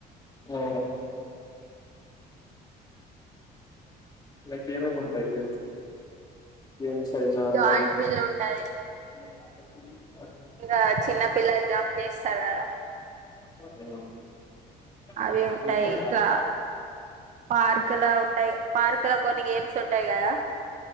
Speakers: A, on the left; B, on the right.
A: ఓ లైక్ ఫ్రీడమ్ ఉంటాయి గేమ్స్ గేమ్స్ అయినా
B: జాయింట్
A: లైక్
B: వీలు ఉంటాయి
A: <inaudible>
B: ఇంక చిన్న పిల్లలు <unintelligible> చేస్తారు కదా
A: <inaudible>
B: అవి ఉంటాయి
A: ఇంకా
B: ఇట్లా పార్కు లో ఉంటాయి పార్కు లో కొన్ని గేమ్స్ ఉంటాయి కదా